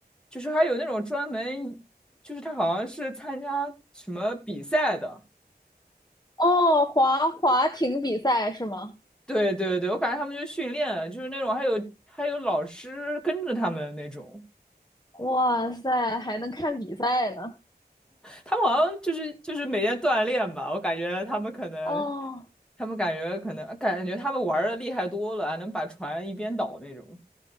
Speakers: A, in the centre; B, on the left (about 25°).
A: 就是还有那种专门，就是他好像是参加什么比赛的，
B: 哦，滑滑艇比赛是吗？
A: 对对对，我感觉他们就训练，就是那种还有还有老师跟着他们那种。
B: 哇塞，还能看比赛呢。
A: 他们好像就是就是每天锻炼吧，我感觉他们可能，
B: 哦，
A: 他们感觉可能感觉他们玩的厉害多了，还能把船一边倒那种。